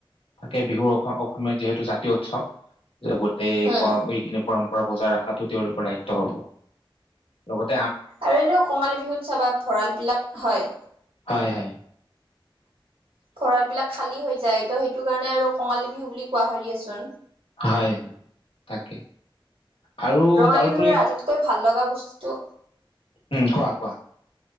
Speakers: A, on the left; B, on the right.
A: তাকে বিহুৰ অফাৰ অসমীয়াৰ যিহেতু জাতীয় উৎসৱ। যে গোটেই
B: হম
A: পৰ এইখিনি পৰম্পৰা। বজাই ৰখাতো তেওঁলোকৰ দায়িত্ব হ'ব। লগত
B: আৰু এনেও কঙালী বিহুত চাবা ভঁৰাল বিলাক হয়।
A: হয়, হয়।
B: ভঁৰালবিলাক খালী হৈ যায়, ত' সেইটোকাৰণে আৰু কঙালী বিহু বুলি কোৱা হয় দিয়াচোন।।
A: হয় তাকে। আৰু
B: ৰঙালী
A: তাৰোপৰি
B: বিহুৰ আটাইতকৈ ভাল লগা বস্তুটো
A: উম কোৱা কোৱা